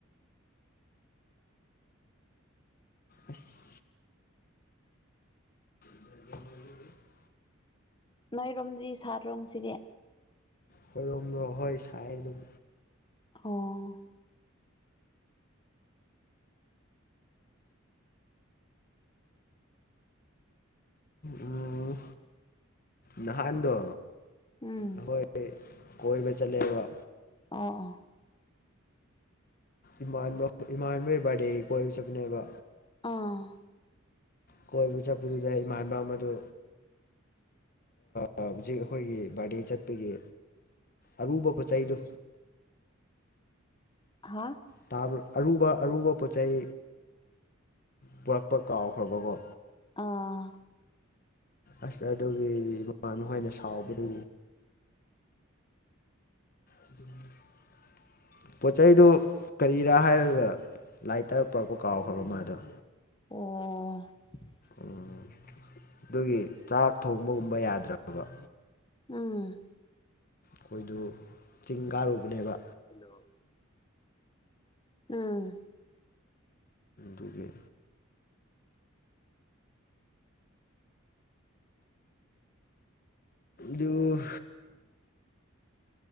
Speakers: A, on the left; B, on the left.
A: ꯑꯁ <unintelligible>
B: ꯅꯣꯏꯔꯣꯝꯗꯤ ꯁꯥꯗ꯭ꯔꯣ ꯉꯁꯤꯗꯤ
A: ꯈꯣꯏꯔꯣꯝꯔꯣ ꯍꯣꯏ ꯁꯥꯏ ꯑꯗꯨꯝ
B: ꯑꯣ
A: ꯎꯝ ꯅꯍꯥꯟꯗꯣ
B: ꯎꯝ
A: ꯑꯩꯈꯣꯏ ꯀꯣꯏꯕ ꯆꯠꯂꯦꯕ
B: ꯑꯣ ꯑꯣ
A: ꯏꯃꯥꯟꯅ ꯏꯃꯥꯟꯕꯩ ꯕꯥꯔꯗꯦꯒꯤ ꯀꯣꯏꯕ ꯆꯠꯄꯅꯦꯕ
B: ꯑꯥ
A: ꯀꯣꯏꯕ ꯆꯠꯄꯗꯨꯗ ꯏꯃꯥꯟꯕ ꯑꯃꯗꯨ ꯍꯧꯖꯤꯛ ꯑꯩꯈꯣꯏꯒꯤ ꯕꯥꯔꯗꯦ ꯆꯠꯄꯒꯤ ꯑꯔꯨꯕ ꯄꯣꯠ ꯆꯩꯗꯨ
B: ꯍꯥꯥ
A: ꯇꯥꯕꯔꯣ ꯑꯔꯨꯕ ꯑꯔꯨꯕ ꯄꯣꯠ ꯆꯩ ꯄꯨꯔꯛꯄ ꯀꯥꯎꯈ꯭ꯔꯕꯀꯣ
B: ꯑꯥ
A: ꯑꯁ ꯑꯗꯨꯒꯤ ꯏꯃꯥꯟꯅ ꯍꯣꯏꯅ ꯁꯥꯎꯕꯗꯨ <inaudible> ꯄꯣꯠ ꯆꯩꯗꯨ ꯀꯔꯤꯔꯥ ꯍꯥꯏꯔꯒ ꯂꯥꯏꯇꯔ ꯄꯨꯔꯛꯄ ꯀꯥꯎꯈ꯭ꯔꯕ ꯃꯥꯗꯣ
B: ꯑꯣ
A: ꯎꯝ ꯑꯗꯨꯒꯤ ꯆꯥꯛ ꯊꯣꯡꯕꯒꯨꯝꯕ ꯌꯥꯗ꯭ꯔ ꯑꯕ
B: ꯎꯝ
A: ꯈꯣꯏꯗꯨ ꯆꯤꯡ ꯀꯥꯔꯨꯕꯅꯦꯕ
B: ꯍꯩꯅꯣ ꯎꯝ
A: ꯗꯨꯒꯤ ꯗꯨ